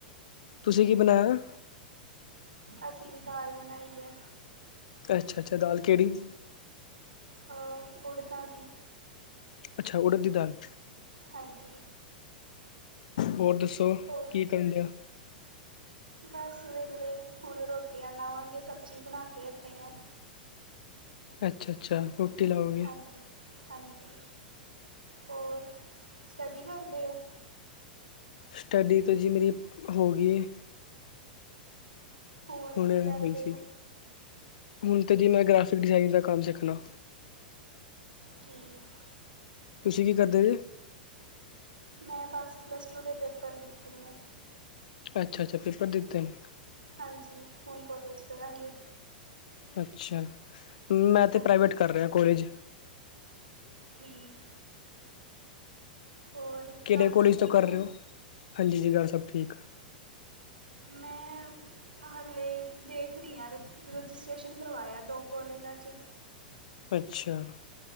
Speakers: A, on the left; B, on the right.
A: ਤੁਸੀਂ ਕੀ ਬਣਾਇਆ?
B: ਅਸੀਂ ਵੀ ਦਾਲ ਬਣਾਈ ਹੈ।
A: ਅੱਛਾ, ਅੱਛਾ ਦਾਲ ਕਿਹੜੀ?
B: ਅ ਉੜਦਾ ਦੀ।
A: ਅੱਛਾ ਉੜ ਦੀ ਦਾਲ।
B: ਹਾਂਜੀ।
A: ਹੋਰ ਦੱਸੋ'ਕੀ
B: ਹੋਰ
A: ਕਰਨ ਡਿਆ?
B: ਬਸ ਵੇਹਲੇ, ਹੁਣ ਰੋਟੀਆਂ ਲਾਵਾਂਗੇ, ਸਬਜ਼ੀ ਬਣਾ ਕੇ ਹਟੇ ਆ।
A: ਅੱਛਾ, ਅੱਛਾ। ਰੋਟੀ ਲਾਉ,
B: ਹਾਂਜੀ, ਹਾਂਜੀ 'ਹੋਰ ਸਟੱਡੀ ਕਰਦੇ ਹੋ?
A: ਸਟੱਡੀ ਤੇ ਜੀ ਮੇਰੀ ਹੋ ਗਈ ਏ।
B: ਹੁਣ
A: ਹੁਣੇ
B: ਕੀ ਕਰਦੇ
A: ਹੋਈ ਸੀ
B: ਹੋ
A: ਹੁਣ ਤਾਂ ਜੀ ਮੈਂ ਗ੍ਰਾਫਿਕ ਡਿਜ਼ਾਇਨਿੰਗ ਦਾ ਕੰਮ ਸਿੱਖਣਾ
B: ਠੀਕ
A: ਤੁਸੀਂ ਕੀ ਕਰਦੇ ਜੇ
B: ਮੈਂ ਬਸ ਪਲੱਸ ਟੂ ਦੇ ਪੇਪਰ ਦਿੱਤੇ ਨੇ।
A: ਅੱਛਾ -ਅੱਛਾ ਪੇਪਰ ਦਿੱਤੇ ਨੇ।
B: ਹਾਂਜੀ ਹੁਣ ਕੋਲਜ ਕਰਾਂਗੀ।
A: ਅੱਛਾ ਮੈਂ ਤਾਂ
B: ਹਾਂਜੀ
A: ਪ੍ਰਾਈਵੇਟ ਕਰ ਰਿਹਾ ਕੋਲਜ
B: ਠੀਕ ਹੋਰ
A: ਕਿਹੜੇ
B: ਘਰ ਸਭ
A: ਕੋਲੇਜ
B: ਠੀਕ
A: ਤੋਂ ਕਰ
B: ਨੇ
A: ਰਹੇ ਹੋ। ਹਾਂਜੀ ਜੀ, ਗੱਲ ਸਭ ਠੀਕ ਆ।
B: ਮੈਂ ਹਾਲੇ ਦੇਖ ਰਹੀ ਹਾਂ ਰਜਿਸਟ੍ਰੇਸ਼ਨ ਕਰਵਾਇਆ ਦੋ ਕੋਾਲਜਾਂ ਵਿਚ।
A: ਅੱਛਾ <inaudible>